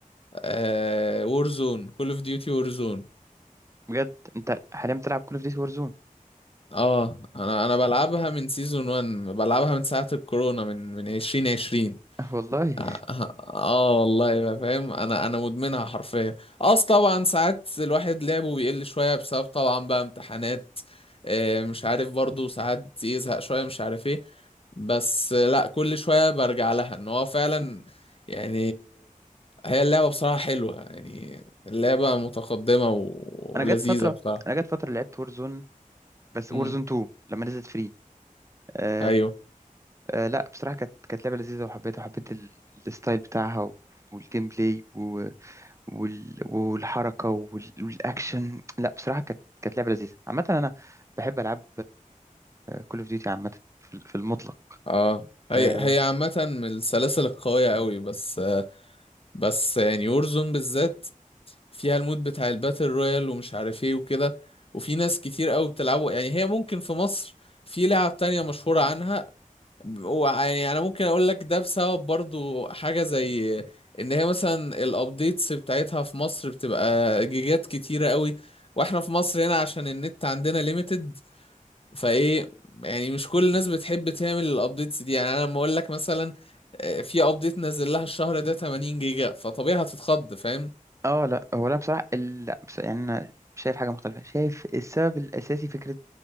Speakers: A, on the left (about 40°); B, on the right (about 20°).
A: آه وورزون كول اوف ديوتي وورزون
B: بجد انت حاليا بتلعب كول اوف ديوتي وورزون
A: اه انا انا بلعبها من سيزون 1 بلعبها من ساعة الكورونا من من 2020
B: <laughs> والله
A: اه آه والله بقى فاهم انا انا مدمنها حرفيا اص طبعا ساعات الواحد لعبه بيقل شويه بسبب طبعا بقى امتحانات آه، مش عارف برضو ساعات يزهق شويه مش عارف ايه بس آه، لا كل شويه برجع لها ان هو فعلا يعني هي اللعبه بصراحه حلوه يعني اللعبه متقدمه و-
B: انا
A: ولذيذه
B: جت فترة
A: بصراحه
B: انا جت فترة لعبت وورزون بس وورزون
A: امم
B: 2 لما نزلت فري آه
A: ايوه
B: آه لا بصراحة كانت كانت لعبة لذيذة وحبيتها وحبيت ال- الستايل بتاعها و- والجيم بلاي وال... والحركة وال... والأكشن لا بصراحة كانت كانت لعبة لذيذة عامة أنا بحب ألعاب كول أوف ديوتي عامة في في المطلق
A: اه هي
B: آه
A: هي عامه من السلاسل القويه قوي بس بس يعني وورزون بالذات فيها المود بتاع الباتل رويال ومش عارف ايه وكده وفي ناس كتير قوي بتلعبه يعني هي ممكن في مصر في لعب تانية مشهورة عنها ويعني انا ممكن اقول لك ده بسبب برضو حاجة زي ان هي مثلا الابديتس بتاعتها في مصر بتبقى جيجات كتيرة قوي واحنا في مصر هنا عشان النت عندنا ليميتد فايه يعني مش كل الناس بتحب تعمل الابديتس دي يعني انا لما اقول لك مثلا آه، في ابديت نزل لها الشهر ده 80 جيجا فطبيعي هتتخض فاهم
B: آه، لا هو لا بصراحة ال- لا بص- يعني أنا شايف حاجة مختلفة شايف السبب الأساسي فكرة